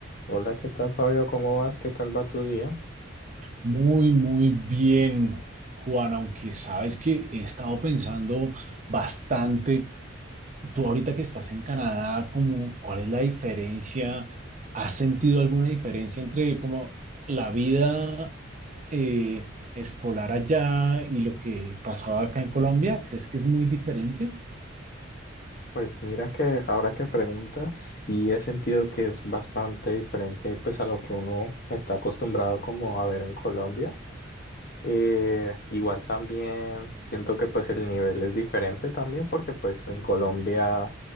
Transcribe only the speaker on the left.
Hola, ¿qué tal, Fabio? ¿Cómo vas? ¿Qué tal va tu día?
Pues mira que ahora que preguntas, sí he sentido que es bastante diferente pues a lo que uno está acostumbrado como a ver en Colombia. Eh, igual también siento que pues el nivel es diferente también porque pues en Colombia